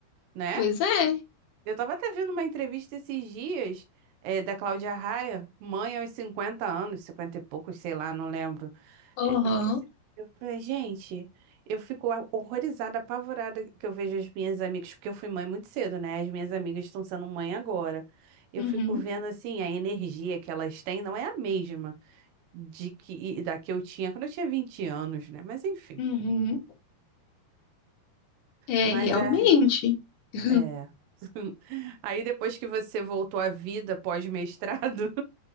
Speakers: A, on the right (about 85°); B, on the left (about 60°).
A: né?
B: Pois é.
A: Eu tava até vendo uma entrevista esses dias, eh, da Cláudia Raia, mãe aos cinquenta anos, 50 e poucos, sei lá, não lembro.
B: Aham.
A: Eh, Eu fiquei, assim- eu falei, gente, eu fico a- horrorizada, apavorada que eu vejo as minhas amigas, porque eu fui mãe muito cedo, né? As minhas amigas estão sendo mãe agora. Eu
B: Uhum.
A: fico vendo assim, a energia que elas têm não é a mesma de que e da que eu tinha quando eu tinha 20 anos, né? Mas enfim.
B: Uhum. É,
A: Mas
B: realmente.
A: é,
B: <laughs>
A: é. <laughs> Aí depois que você voltou à vida pós-mestrado,